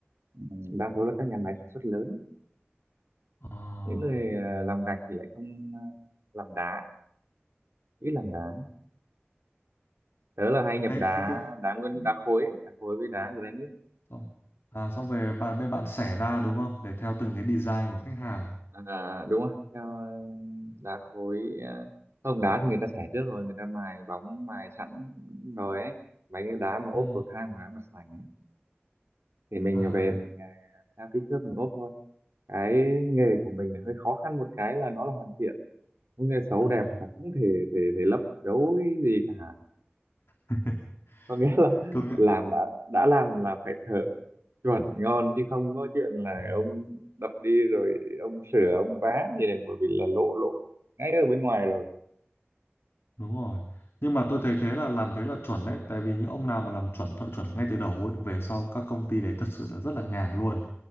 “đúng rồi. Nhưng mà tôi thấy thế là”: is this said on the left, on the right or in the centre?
Left